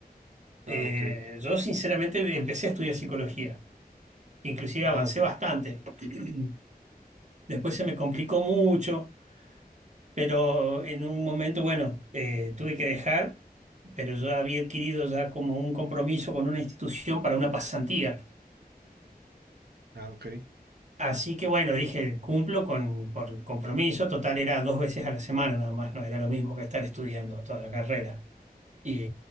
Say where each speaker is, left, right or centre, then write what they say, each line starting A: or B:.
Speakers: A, on the right (about 85°); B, on the right (about 45°).
A: Ah,
B: Eh,
A: ok.
B: yo sinceramente empecé a estudiar psicología, inclusive
A: Ah,
B: avancé
A: ok.
B: bastante. <clears throat> Después se me complicó mucho, pero en un momento, bueno, eh, tuve que dejar, pero yo había adquirido ya como un compromiso con una institución para una pasantía.
A: Ah, ok.
B: Así que bueno, dije, cumplo con por compromiso, total era dos veces a la semana nada más, no era lo mismo que estar estudiando toda la carrera. Y,